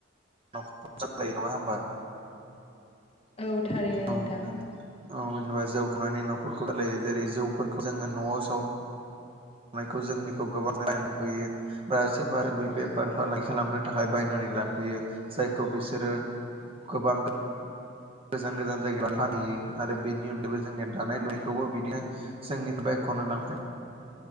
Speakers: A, on the right (about 30°); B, on the left (about 30°).
A: नखर सामलायो नङा होमबा।
B: औ थारैनो
A: औ
B: नोंथां।
A: औ जेनेबा जौ खावनानै न'खरखौ सालायो जेरै जौफोरखौ जोङो न'आव साव नायखौ जोंनिखौ गोबां <unintelligible> बा सोरबा बे बेफार फालांगि खालामनो थाखाय बायनानै लांफैयो। जायखौ बिसोरो गोबां गोजान गोजान जायगायाव फानहैयो आरो बेनि अनगायैबो जोंनिया दानाय लुनायखौबो बिदिनो जोंनि बायख'ना लांफै